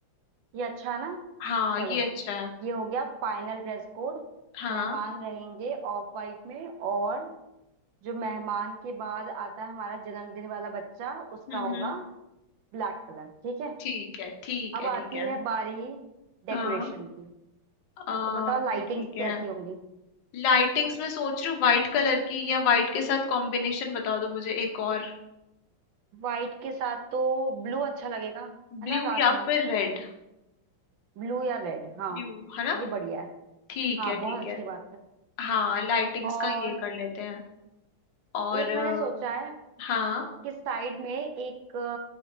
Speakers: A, on the right; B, on the left.
A: ये अच्छा है ना
B: हाँ
A: चलो
B: ये अच्छा है
A: ये हो गया फाइनल ड्रेस कोड
B: हाँ
A: मेहमान रहेंगे ऑफ वाइट में और जो मेहमान के बाद आता है हमारा जन्मदिन वाला बच्चा उसका
B: हम्म
A: होगा
B: हम्म
A: ब्लैक कलर ठीक है
B: ठीक है ठीक
A: अब
B: है
A: आती
B: ठीक है
A: है बारी डेकोरेशन
B: हाँ
A: की
B: आ,
A: तो बताओ लाइटिंग्स
B: ठीक है
A: कैसी होंगी
B: लाइटिंग्स में सोच रही हूँ व्हाइट कलर की या व्हाइट के साथ कॉम्बिनेशन बता दो मुझे एक और
A: वाइट के साथ तो ब्लू अच्छा लगेगा है
B: ब्लू
A: ना रात
B: या
A: में
B: फिर रेड
A: ब्लू या रेड हाँ
B: ब्लू है ना
A: ये बढ़िया है
B: ठीक
A: हाँ
B: है
A: बहुत
B: ठीक
A: अच्छी
B: है
A: बात है
B: हाँ लाइटिंग्स
A: और
B: का ये कर लेते हैं और
A: एक
B: अ,
A: मैंने सोचा है
B: हाँ
A: कि साइड में एक